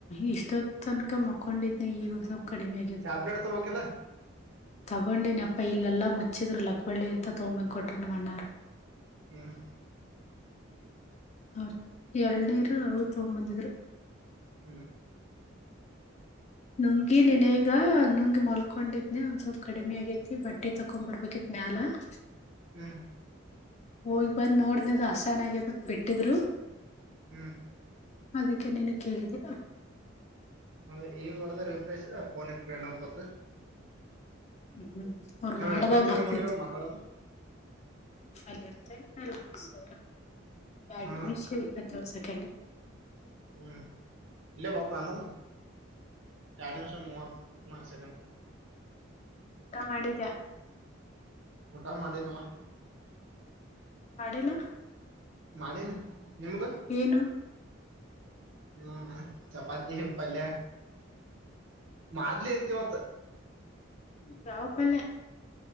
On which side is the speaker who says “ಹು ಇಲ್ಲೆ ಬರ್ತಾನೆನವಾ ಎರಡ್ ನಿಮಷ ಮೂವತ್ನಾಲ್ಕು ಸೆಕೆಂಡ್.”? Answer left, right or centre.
Right